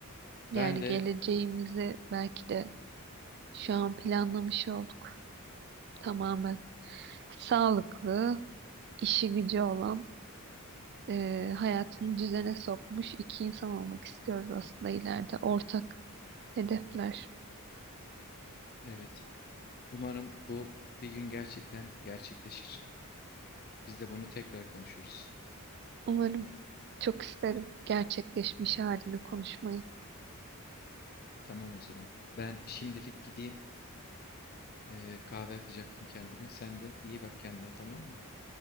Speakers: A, on the right; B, on the left.
A: Yani
B: Ben de
A: geleceğimizi belki de şu an planlamış olduk tamamen. Sağlıklı, işi gücü olan, e, hayatını düzene sokmuş iki insan olmak istiyoruz aslında ileride. Ortak hedefler.
B: evet. Umarım bu bir gün gerçekten gerçekleşir. Biz de bunu tekrar konuşuruz.
A: Umarım çok isterim gerçekleşmiş halini konuşmayı.
B: Tamam o zaman. Ben şimdilik gideyim. Ee, kahve yapacaktım kendime. Sen de iyi bak kendine tamam mı?